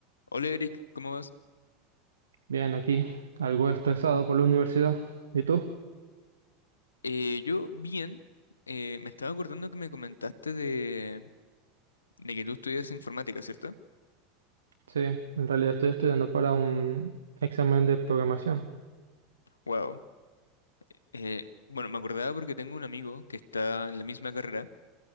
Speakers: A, on the left; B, on the right.
A: Hola Eric, ¿cómo vas?
B: Bien, aquí algo estresado por la universidad. ¿Y tú?
A: Eh, yo bien, eh, me estaba acordando que me comentaste de, de que tú estudias informática, ¿cierto?
B: Sí, en realidad estoy estudiando para un examen de programación.
A: Wow. Eh, bueno, me acordaba porque tengo un amigo que está en la misma carrera,